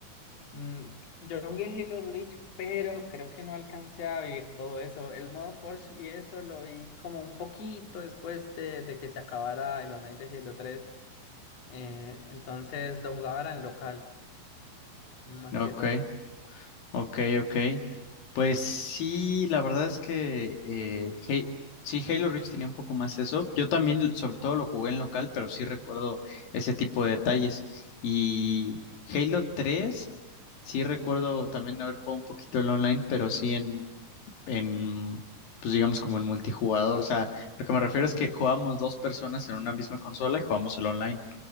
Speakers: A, on the left; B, on the left.
A: Mm, yo jugué Halo Reach, pero creo que no alcancé a vivir todo eso. El modo Forge y eso lo vi como un poquito después de, de que se acabara el online de Halo tres Eh, entonces lo jugaba era en local, más
B: ¿no?
A: que
B: Ok.
A: todo.
B: Ok, ok. Pues sí, la verdad es que eh, Halo- sí, Halo Reach tenía un poco más eso. Yo también, sobre todo, lo jugué en local, pero sí recuerdo ese tipo de detalles. Y Halo 3, sí recuerdo también haber jugado un poquito el online, pero sí en, en, pues digamos como en multijugador. O sea, lo que me refiero es que jugábamos dos personas en una misma consola y jugamos el online.